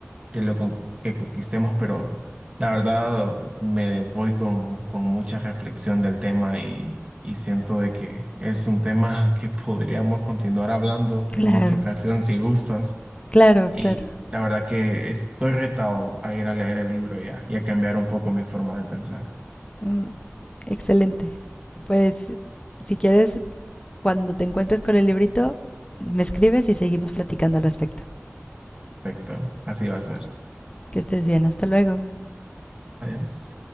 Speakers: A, on the right; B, on the left.
A: de lo con- que conquistemos, pero la verdad me voy con, con mucha reflexión del tema y... Y siento de que es un tema <laughs> que podríamos continuar hablando
B: Claro,
A: en otra ocasión si gustas.
B: claro,
A: Y
B: claro.
A: la verdad que estoy retado a ir a leer el libro ya y a cambiar un poco mi forma de pensar.
B: Mm, excelente. Pues si quieres cuando te encuentres con el librito, me escribes y seguimos platicando al respecto.
A: Perfecto, así va a ser.
B: Que estés bien, hasta luego.
A: Adiós.